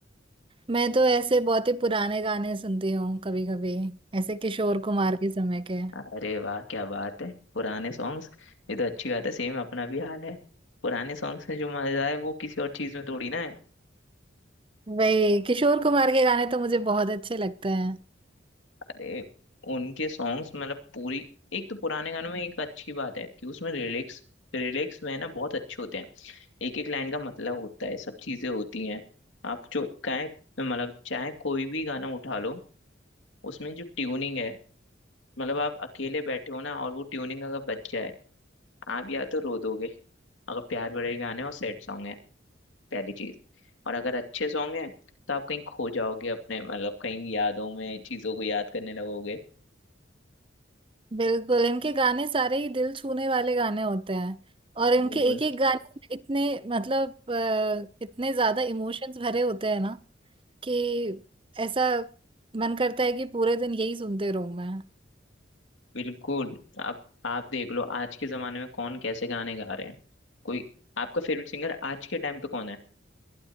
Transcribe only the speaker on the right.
मैं तो ऐसे बहुत ही पुराने गाने सुनती हूँ कभी कभी ऐसे किशोर कुमार के समय के
वही किशोर कुमार के गाने तो मुझे बहुत अच्छे लगते हैं
बिल्कुल इनके गाने सारे ही दिल छूने वाले गाने होते हैं और इनके
एक एक गाने में इतने मतलब अ, इतने ज्यादा इमोशंस भरे होते हैं ना कि ऐसा मन करता है कि पूरे दिन यही सुनते रहूं मैं